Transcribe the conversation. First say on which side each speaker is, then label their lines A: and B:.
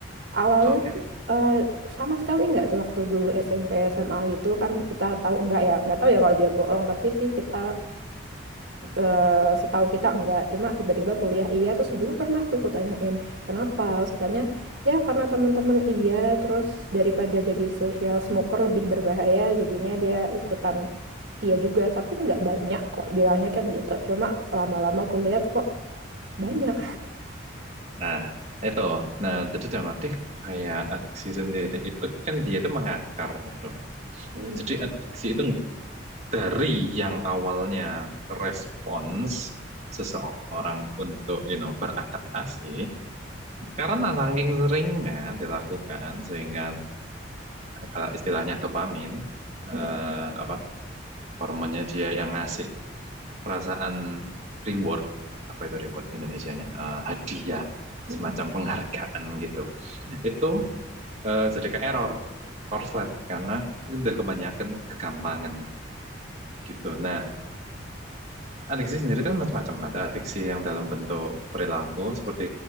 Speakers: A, on the right; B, on the right.
A: Awalnya
B: Oke.
A: tuh, eh, sama sekali nggak tuh waktu dulu SMP SMA itu kan kita tahu enggak ya nggak tahu ya kalau dia bohong tapi sih kita eh, setahu kita enggak cuma tiba-tiba kuliah iya terus dulu pernah tuh kutanyain kenapa terus katanya ya karena teman-teman iya terus daripada jadi social smoker lebih berbahaya jadinya dia ikutan iya juga tapi nggak banyak kok bilangnya kan gitu cuma lama-lama kulihat kok banyak
B: Nah, itu. Nah, jadi dalam arti kayak adiksi sendiri itu kan dia itu mengakar. gitu.
A: Hmm.
B: Jadi adiksi itu dari yang awalnya respons seseorang untuk you know beradaptasi karena saking seringnya dilakukan sehingga kalau istilahnya dopamin eh,
A: Mm.
B: apa hormonnya dia yang ngasih perasaan reward apa itu reward di Indonesianya Eh, hadiah
A: Mm-mm.
B: semacam penghargaan gitu itu eh, sedikit error korslet karena udah kebanyakan kegampangan gitu. Nah, adiksi sendiri kan macam-macam. Ada adiksi yang dalam bentuk perilaku seperti